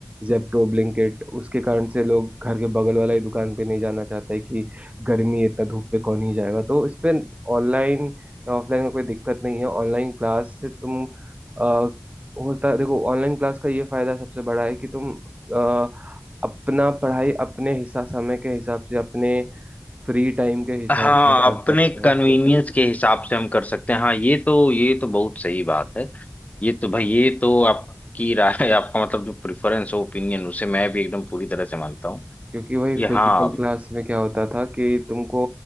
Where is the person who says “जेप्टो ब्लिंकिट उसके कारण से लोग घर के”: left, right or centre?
Right